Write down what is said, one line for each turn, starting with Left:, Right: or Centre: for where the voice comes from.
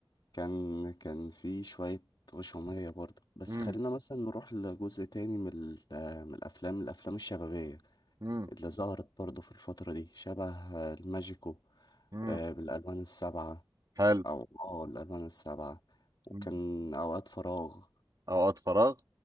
Left: كان كان في شوية غشومية برضه بس
Right: امم
Left: خلينا مثلا نروح لجزء تاني من ال- آه، من الافلام الافلام الشبابية
Right: امم
Left: اللي ظهرت برضه في الفترة دي شبه آه، الماجيكو
Right: امم
Left: آه، بالالوان السبعة
Right: حلو
Left: او اه الالوان السبعه وكان
Right: مم.
Left: اوقات فراغ
Right: اوقات فراغ